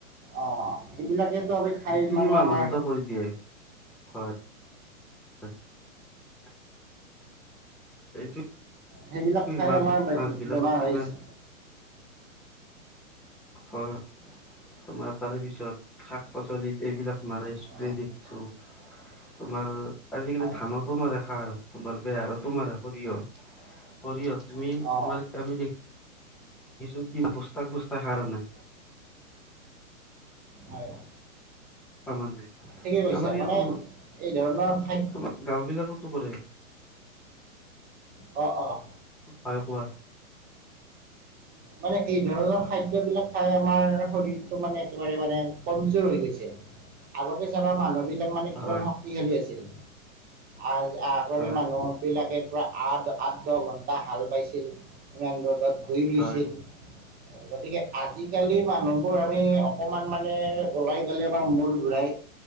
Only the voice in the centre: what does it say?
তিনিমাহ
মানতে কৰি দিয়ে। হয় <unintelligible> এইটো
মাছ
মাছবিলাকত
কিবা
হয় তোমাৰ তাৰে পিছত শাক পাচলি এইবিলাক মাৰে স্প্ৰে
দেখিছো তোমাৰ আজিকালি
ধানৰ তোমাৰ সাৰ তোমাৰ বেয়া আৰু তোমাৰ সৰিয়হ সৰিয়হত তুমি
তোমাৰ আমি দেখ দেখিছো কি বস্তাই বস্তাৰ সাৰ আনে।
অনা নাই
আমাৰ
ইয়াতো
তোমাৰ গাঁও বিলাকতো কৰে।
হয় কোৱা।
হয়
হয়
হয়